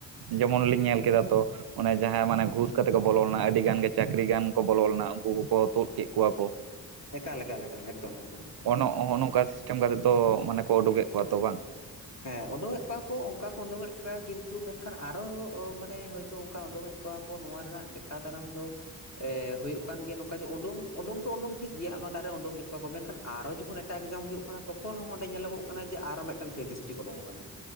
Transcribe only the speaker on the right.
ᱡᱮᱢᱚᱱᱞᱤᱧ ᱧᱮᱞ ᱠᱮᱫᱟ ᱛᱚ ᱚᱱᱮ ᱡᱟᱦᱟᱸᱭ ᱢᱟᱱᱮ ᱜᱷᱩᱥ ᱠᱟᱛᱮᱜ ᱠᱚ ᱵᱚᱞᱚ ᱞᱮᱱᱟ ᱟᱹᱰᱤ ᱜᱟᱱ ᱜᱮ ᱪᱟᱹᱠᱨᱤ ᱜᱟᱱ ᱠᱚ ᱵᱚᱞᱚ ᱞᱮᱱᱟ ᱩᱱᱠᱩ ᱠᱚᱠᱚ ᱛᱩᱫ ᱠᱮᱜ ᱠᱚᱣᱟ ᱠᱚ,
ᱚᱱᱚ
ᱚᱱᱚᱜᱼᱚ ᱱᱚᱝᱠᱟ ᱥᱤᱥᱴᱮᱢ ᱠᱟᱛᱮᱫ ᱫᱚ ᱢᱟᱱᱮ ᱠᱚ ᱩᱰᱩᱜᱮ ᱠᱚᱣᱟ ᱛᱚ ᱵᱟᱝ,